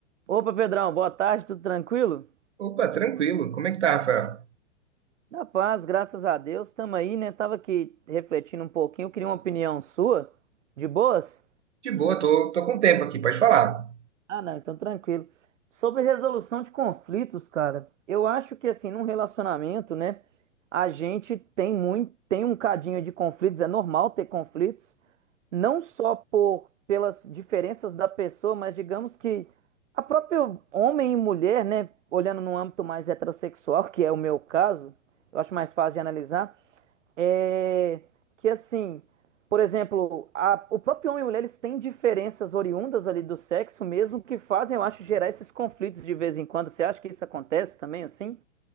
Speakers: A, on the right (about 90°); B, on the right (about 70°).
A: Opa, Pedrão, boa tarde, tudo tranquilo?
B: Opa, tranquilo. Como é que tá, Rafael?
A: Na paz, graças a Deus, tamo aí, né? Tava aqui refletindo um pouquinho, queria uma opinião sua. De boas?
B: De boa, tô, tô com tempo aqui, pode falar.
A: Ah, não, então tranquilo. Sobre resolução de conflitos, cara, eu acho que assim, num relacionamento, né, a gente tem muito, tem um cadinho de conflitos, é normal ter conflitos. não só por pelas diferenças da pessoa, mas digamos que a própria homem e mulher, né, olhando no âmbito mais heterossexual, que é o meu caso, eu acho mais fácil de analisar, é que assim, por exemplo, a- o próprio homem e mulher eles têm diferenças oriundas ali do sexo mesmo que fazem, eu acho, gerar esses conflitos de vez em quando. Você acha que isso acontece também assim?